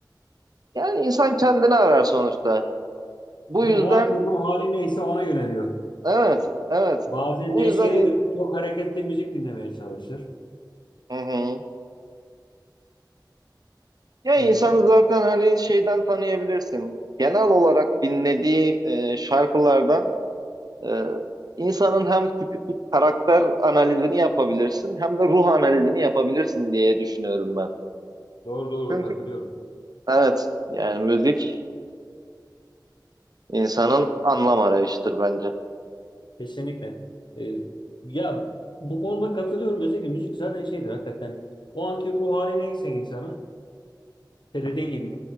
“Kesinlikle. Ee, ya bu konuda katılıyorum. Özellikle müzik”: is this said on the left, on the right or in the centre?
Left